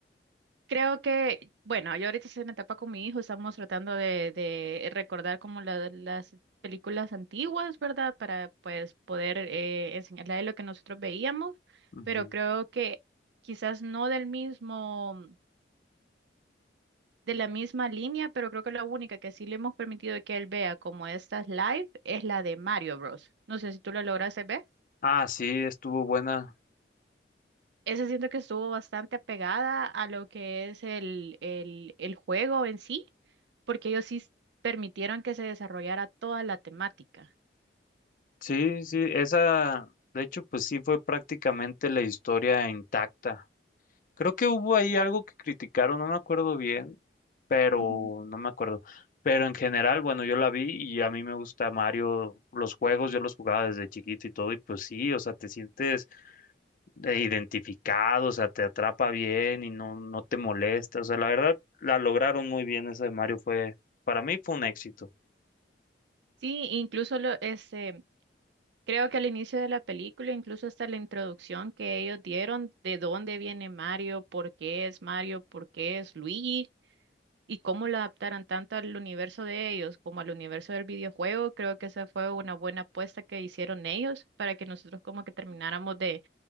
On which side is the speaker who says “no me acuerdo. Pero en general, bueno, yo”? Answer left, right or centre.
Left